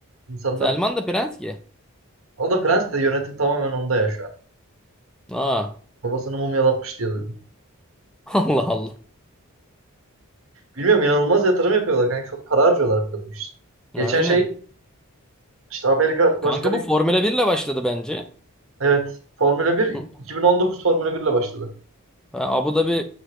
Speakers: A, on the right; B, in the centre.
A: insanlar.
B: Selman da prens ki.
A: O da prens de yönetim tamamen onda ya şu an.
B: Aa, <laughs>
A: Babasını mumyalatmış diye duydum.
B: Allah Allah.
A: Bilmiyorum inanılmaz yatırım yapıyorlar kanka. Çok para harcıyorlar bir de bu işte.
B: Aynen.
A: Geçen şey işte Amerika Başkanı
B: Kanka bu Formula 1 ile başladı bence.
A: evet Formula 1
B: Bu
A: 2019 Formula 1 ile başladı.
B: Ha, Abu Dhabi